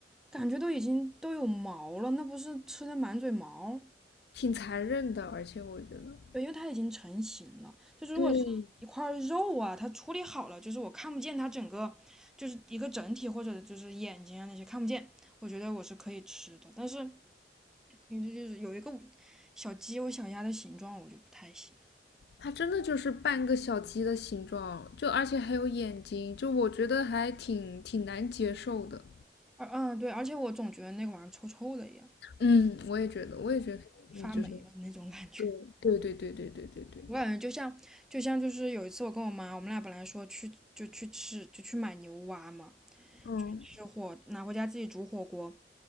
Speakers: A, in the centre; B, on the left.
A: 感觉都已经都有毛了，那不是吃的满嘴毛？
B: 挺残忍的，而且我觉得，
A: 对，因为它已经成型了。就是如果是一块肉啊，
B: 对，
A: 它处理好了，就是我看不见它整个，就是一个整体或者就是眼睛啊那些看不见，我觉得我是可以吃的。但是你就是有一个小鸡或小鸭的形状，我就不太行。
B: 它真的就是半个小鸡的形状，就而且还有眼睛，就我觉得还挺挺难接受的。
A: 而嗯，对，而且我总觉得那个玩意儿臭臭的一样，
B: 嗯，我也觉得，我也觉得，
A: 发霉了那种感觉。
B: 嗯，就是对对对对对对对对，
A: 我感觉就像，就像就是有一次我跟我妈，我们俩本来说去就去吃就去买牛蛙嘛，
B: 嗯
A: 吃火拿回家自己煮火锅，